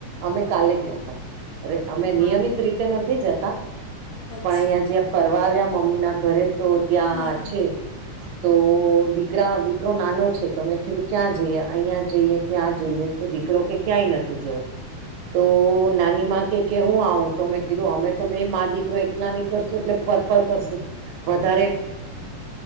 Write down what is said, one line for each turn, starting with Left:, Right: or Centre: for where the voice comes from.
Right: અમે કાલે ગયા તા અ અમે
Left: વાહ
Right: નિયમિત રીતે નથી જતા
Left: અચ્છા
Right: પણ અહિયા જ્યાં ફરવા આવ્યા મમ્મી ના ઘરે તો ત્યાં
Left: હા
Right: છે તો દીકરા દીકરો નાનો છે તો મેં કીધું ક્યાં જઈએ અહીંયા જઈએ ત્યાં જઈએ તો દીકરો કે ક્યાંય નથી જોવ તો નાની માં કે કે હું આવું તો મેં કીધું અમે તો બે માં દીકરો એક નાની કરશું એટલે ફર ફર કરશું વધારે